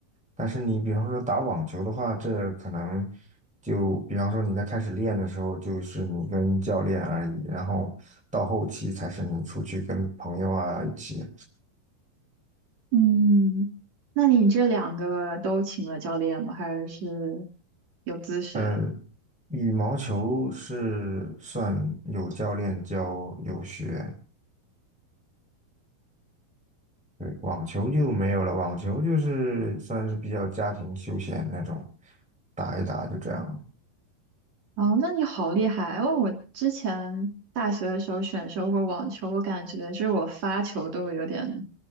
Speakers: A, in the centre; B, on the right.
A: 但是你比方说打网球的话，这可能就比方说你在开始练的时候，就是你跟教练而已，然后到后期才是你出去跟朋友啊一起。
B: 嗯，那你这两个都请了教练吗？还是有自学？
A: 呃，羽毛球是算有教练教有学，对，网球就没有了。网球就是算是比较家庭休闲那种，打一打就这样。
B: 哦，那你好厉害！哦！我之前大学的时候选修过网球，我感觉就是我发球都有点